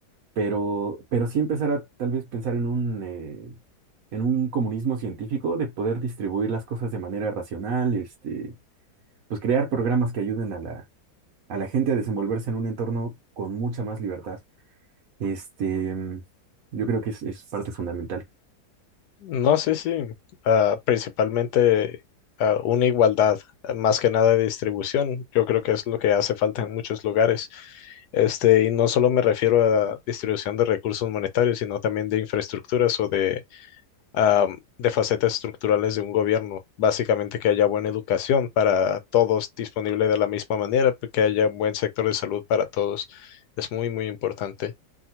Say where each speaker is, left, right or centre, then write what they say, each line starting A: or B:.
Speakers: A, on the right; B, on the left.
A: pero, pero sí empezar a tal vez pensar en un, eh, en un comunismo científico de poder distribuir las cosas de manera racional, este pues crear programas que ayuden a la, a la gente a desenvolverse en un entorno con mucha más libertad. Este, mm, yo creo que es, es parte fundamental,
B: No, sí, sí. ah, principalmente ah, una igualdad, ah, más que nada de distribución. Yo creo que es lo que hace falta en muchos lugares. Este, y no solo me refiero a distribución de recursos monetarios, sino también de infraestructuras o de, ah, de facetas estructurales de un gobierno. Básicamente que haya buena educación para todos disponible de la misma manera, que haya un buen sector de salud para todos. Es muy, muy importante.